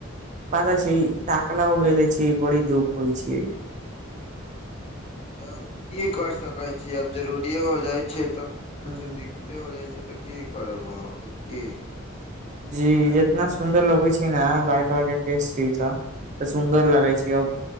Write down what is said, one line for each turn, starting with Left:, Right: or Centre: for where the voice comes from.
Right: पाता छै ताकला हो गैले छी बड़ी दुःख होइ छै
Left: तब की कर सकै छी आब जरूरिेए हो जाइ छै त कुछ
Right: ह
Left: दिक्क दिक्कते हो जाइछै त के करब अहाँ के के
Right: जी इतना सुन्दर लगै छिय ने बड़का बड़का केस छै त सुन्दर लगै छिय